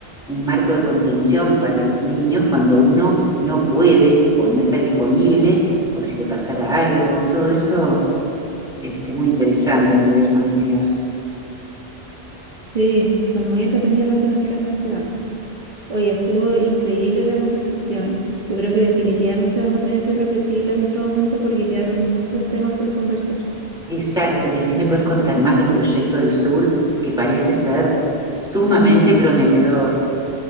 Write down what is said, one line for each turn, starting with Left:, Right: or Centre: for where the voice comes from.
Centre: un marco de contención para los niños cuando uno no puede o no está disponible o si le pasara algo, todo eso, este, muy interesante a nivel familiar.
Right: Sí, son muy entretenidas las dinámicas que se dan. Oye, estuvo increíble la conversación. Yo creo que definitivamente vamos a tener que repetirla en otro momento porque quedaron muchos temas por conversar.
Centre: Exacto, y así me puedes contar más del proyecto del sur, que parece ser sumamente prometedor.